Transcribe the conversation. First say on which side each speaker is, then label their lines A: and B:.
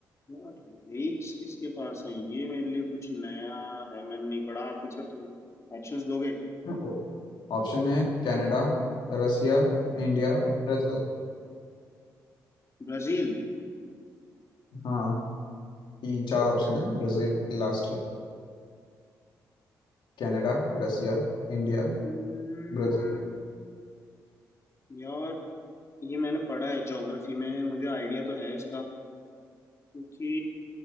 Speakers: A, on the left; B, on the left.
A: यार लेक्स किसके पास हैं ये मेरे लिए कुछ नया है मैंने नहीं पढ़ा आप कुछ तो ऑप्शंस दोगे
B: है ऑप्शन है कनाडा रसिया
A: ओके
B: इंडिया ब्राजील
A: ब्राजील
B: हाँ तीन चार ऑप्शन है ब्राजील लास्ट है Canada Russia India
A: हम्म,
B: Brazil
A: यार ये मैंने पढ़ा है ज्योग्राफी में मुझे आइडिया तो है इसका क्योंकि